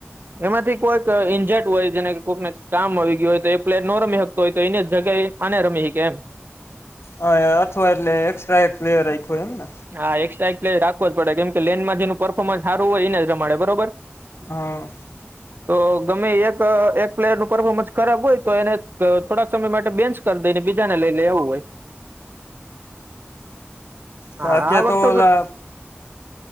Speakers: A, on the right; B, on the left.
A: એમાંથી કોઈક ટ હોય, જેને કોઈકને કામ આવી ગય હોય તો એ પ્લેટ ન રમી શકતો હોય, તો એની જગ્યાએ આને રમી શકે એમ
B: હા, અથવા એટલે એકસ્ટ્રા એક પ્લેયર આખ્યો એમને
A: હા એક્સ્ટ્રા એક પ્લેયર જ પડે કેમ કે લેનમાં, જેનું પરફોમન્સ સારું હોય, એને જ રમાડે બરોબર
B: હા
A: તો ગમે એક એક પ્લેયર નું પરફોર્મન્સ ખરાબ હોય, તો એને થોડાક સમય માટે બેન્ચ દઈને બીજાને, લઈ લ એવું હોય.
B: હમત્યા,
A: હા આ
B: તો
A: વખતે
B: ઓલા